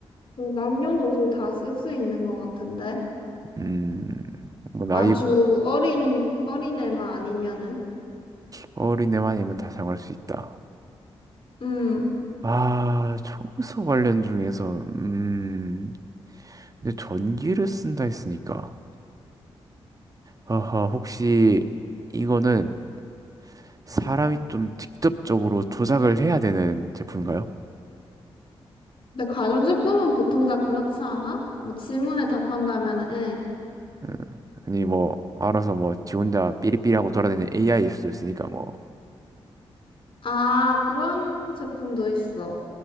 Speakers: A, on the left; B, on the right.
A: 그 남녀노소 다 쓸 수 있는 것 같은데?
B: 음, 뭐
A: 아주
B: 나이
A: 어린, 어린 애만 아니면은?
B: 어린애만 이면 다 사용할 수 있다.
A: 음.
B: 아, 청소 관련 중에서 음, 근데 전기를 쓴다 했으니까. 아하, 혹시 이거는 사람이 좀 직접적으로 조작을 해야 되는 제품인가요?
A: 근데 가전제품은 보통 다 그렇지 않아? 뭐 질문에 답한다면은, 응.
B: 음, 아니 뭐 알아서 뭐 지 혼자 삐리삐리하고 돌아다니는 AI일 수도 있으니까 뭐
A: 아, 그런 제품도 있어.